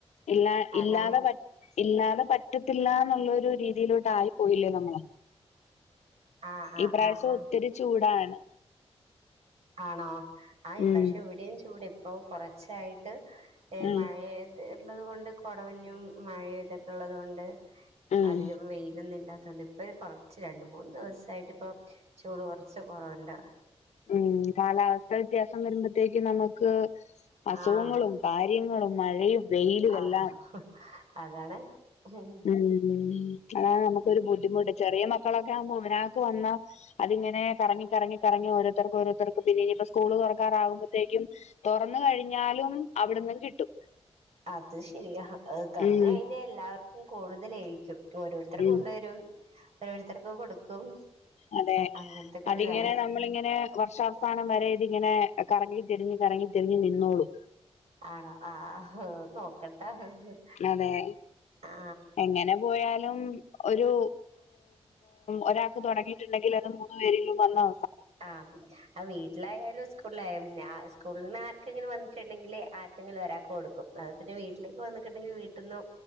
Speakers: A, on the left (about 90°); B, on the right (about 70°).
A: ഇല്ലാ
B: അതാണ്
A: ഇല്ലാതെ ക ഇല്ലാതെ പറ്റത്തില്ലന്നുള്ളരു രീതിയിലോട്ട് ആയി പോയില്ലേ നമ്മള്
B: ആഹ് ആഹ്
A: ഇ പ്രാവശ്യം
B: ആഹ് ആഹ്
A: ഒത്തിരി ചൂടാണ്
B: ആണോ ആ ഇപ്രാഷം
A: ഉം
B: ഇവിടെയും ചൂട് ഇപ്പൊ കൊറച്ചായിട്ട് - ഏ
A: ഉം
B: മഴ ഇത് ഉള്ളത് കൊണ്ട് കൊടവഞ്ഞും മഴെ ഇതൊക്കെ ഉള്ളത് കൊണ്ട്
A: ഉം
B: അധികം വെയിലൊന്നും ഇല്ല ഇപ്പേ കോറച്ച് രണ്ട് മൂന്ന് ദിവസായിട്ട് ഇപ്പോ ചൂട് കോറച്ച് കോറവുണ്ട്
A: മ്മ് കാലാവസ്ഥ വ്യത്യാസം വരുമ്പത്തേക്ക് നമുക്ക് അസുഖങ്ങളും
B: ആഹ്
A: കാര്യങ്ങളും മഴയും വെയിലും എല്ലാം
B: അത അതാണ് ഹ് ഹ്
A: മ്മ് അതാണ് നമുക്കൊരു ബുദ്ധിമുട്ട് ചെറിയ മക്കളൊക്കെ ആവുമ്പോ ഒരാക്ക് വന്നാ അതിങ്ങനെ കറങ്ങി കറങ്ങി കറങ്ങി ഓരോത്തർക്ക് ഓരോത്തർക്ക് പിന്ന ഇനിപ്പ സ്കൂള് തുറക്കാറാകുമ്പത്തേക്കിയും തുറന്ന് കഴിഞ്ഞാലും അവിടന്നും കിട്ടും
B: അത് ശരിയാ തുറന്
A: ഉം
B: കഴിഞ്ഞാ എല്ലാവർക്കും കൂടുതലായിരിക്കും ഓരോരുത്തർ കൊണ്ടുവരും
A: ഉം
B: ഓരോരുത്തർക്ക് കൊടുക്കും
A: അതെ
B: അങ്ങനത്തൊക്കെ
A: അതിങ്ങനെ
B: ഒരു ഇതാണ്
A: നമ്മളിങ്ങനെ വർഷാവസാനം വരെ ഇതിങ്ങനെ കറങ്ങി ത്തിരിഞ് കറങ്ങി തിരിഞ് നിന്നോളൂ
B: ആണോ ആഹ് നോക്കണ്ട ഹ് ഹ്
A: അതെ
B: ആ
A: എങ്ങനെ പോയാലും ഒരു ഒരാൾക്ക് തുടങ്ങി ണ്ടങ്കിൽ അത് മൂന്ന് പേരിലും വന്നോ
B: ആഹ് അത് വീട്ടിലായാലും സ്കൂളിലായാലും സ്കൂളില് ന്ന് ആർക്കെങ്കിലും വന്നിട്ടുണ്ടെങ്കിൽ ആർക്കെങ്കിലും ഒരാക്ക് കൊടുക്കും അത് പിന്നെ വീട്ടിലേക്ക് വന്നിക്ക് ണ്ടെങ്കിൽ വീട്ട്ന്നും